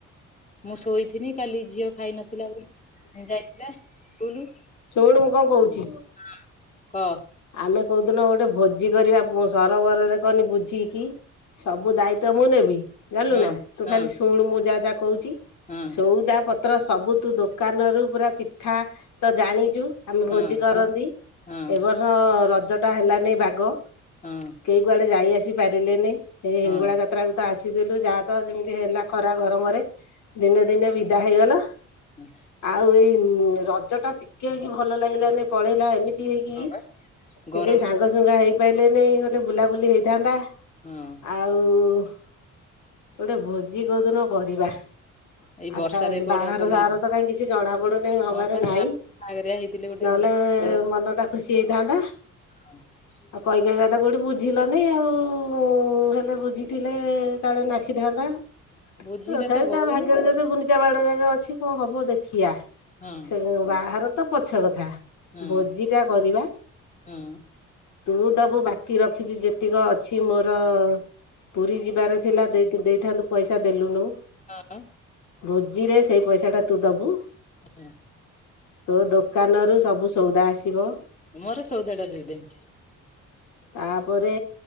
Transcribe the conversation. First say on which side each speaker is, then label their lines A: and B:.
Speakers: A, on the left; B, on the left.
A: ମୁଁ ଶୋଇଥିନି କାଲି ଝିଅ ଖାଇ ନଥିଲା ବୋଲି ଯାଇଥିଲା ସ୍କୁଲ।
B: ଶୁଣୁ ମୁଁ କଣ କହୁଚି।
A: ହଁ କହ।
B: ଆମେ କୋଉଦିନ ଗୋଟେ ଭୋଜି କରିବା ପ ସରୋବରରେ କହନି ବୁଝିକି। ସବୁ ଦାୟିତ୍ଵ ମୁଁ ନେବି। ଯାଲୁ
A: ହଁ
B: ନା ତୁ
A: ହଁ
B: ଖାଲି ଶୁଣୁ ମୁଁ ଯାହା ଯାହା କହୁଚି
A: ହଁ ହଁ
B: ସୋଉଦା ପ ତ୍ର ସବୁ ତୁ ଦୋକାନରୁୁ ପୁରା ଚିଠା ତ ଜାଣିଚୁ ଆମେ
A: ହଁ
B: ଭୋଜି କରନ୍ତି।
A: ହଁ।
B: <unintelligible> ରଜ ଟା ହେଲାନି ବାଗ।
A: ହଁ।
B: କେହି କୁଆଡେ ଯାଇ ଆସି ପାରିଲେନି ଏଇ
A: ହଁ
B: ହିଙ୍ଗୁଳା ଯାତ୍ରା କ ତ ଆସିଦଲୁ ଯାହା ତ ଯେମିତି ହେଲା ଖରା ଗରମରେ ଦିନେ ଦିନେ ବିଦା ହେଇଗଲ।
A: ହୁଁ।
B: ଆଉ ଏଇ ରଜ ଟା ଟିକେହିଁ ଭଲ ଲାଗିଲାନି ପଳେଇଲା ଏମିତି ହେଇ ସେ
A: ବା ଗରମରେ
B: କେହି ସାଙ୍ଗସୁଙ୍ଗା ହେଇପାଇଲେନେଇ ଗୋଟେ ବୁଲାବୁଲି ହେଇଥାନ୍ତା।
A: ହଁ।
B: ଆଉ ଗୋଟେ ଭୋଜି କୋଉଦିନ କରିବା।
A: ଏଇ
B: ଆ
A: ବର୍ଷାରେ
B: ସ
A: କଣ
B: ବାହାର
A: କୋଉଠି
B: ସାର ତ କାଇଁ କିଛି ଜଣା ପଡୁନି ହବାର
A: ହଁ ପା
B: ନହିଁ।
A: ବାହାଘରିଆ ହେଇଥିଲେ ଗୋଟେ
B: ନହେଲେ ମନ ଟା ଖୁସି ହେଇଥାନ୍ତା।
A: ଆଉ <inaudible>
B: ଆଉ କଇ କଇ ତ କୋଉଠି ବୁଝିଲନି ଆଉ ହେଲେ ବୁଝିଥିଲେ କାଳେ ନା ଖି ଥାନ୍ତା।
A: ବୁଝିଲେ
B: ତଥାପ
A: ତ ହଉନି
B: ତା ଭାଗ୍ୟରେ ଯଦି ଗୁଣ୍ଡିଚା ବାଡ ଜାଗା ଅଛି କଣ ହବ ଦେଖିବା।
A: ହଁ
B: ସେ ବାହାର ତ ପଛ କଥା
A: ହଁ
B: ଭୋଜି ଟା କରିବା।
A: ହଁ
B: ତୁ ଦବୁ ବାକି ରଖିଚି ଯେତିକ ଅଛି ମୋର ପୁରୀ ଯିବାରେ ଥିଲା ଦେଇତେ ଦେଇ ଥାନ୍ତୁ ପଇସା ଦେଲୁନୁ
A: ହଁ
B: ଭୋଜିରେ ସେଇ ପଇସା ଟା ତୁ ଦବୁ।
A: ହୁଁ <inaudible>
B: ତୋ ଦୋକାନରୁୁ ସବୁ ସଉଦା ଆସିବ।
A: ମୋର ସଉଦାଡା ଦେଇ ଦେମୀ।
B: ତାପରେ